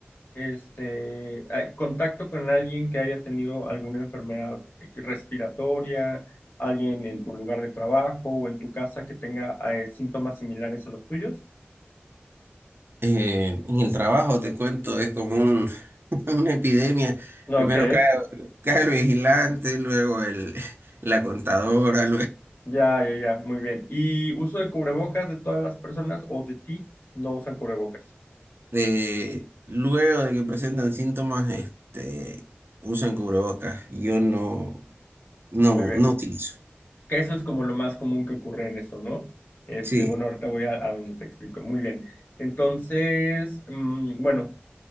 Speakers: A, on the left; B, on the right.
A: este, a- contacto con alguien que haya tenido alguna enfermedad respiratoria, alguien en tu lugar de trabajo o en tu casa que tenga eh, síntomas similares a los tuyos.
B: Eh, en el trabajo, te cuento, es como un- <laughs> una epidemia.
A: Ok,
B: Primero cae, cae el vigilante, luego el, <laughs> la contadora,
A: ya, ya, ya, muy bien. ¿Y uso de cubrebocas de todas las personas o de ti? No usan cubrebocas.
B: de luego de que presentan síntomas, este, usan cubrebocas. Yo no, no,
A: Muy bien.
B: no utilizo.
A: Que eso es como lo más común que ocurre en eso, ¿no? Este,
B: Sí.
A: bueno, ahorita voy a, a donde te explico. Muy bien. Entonces, mm, bueno,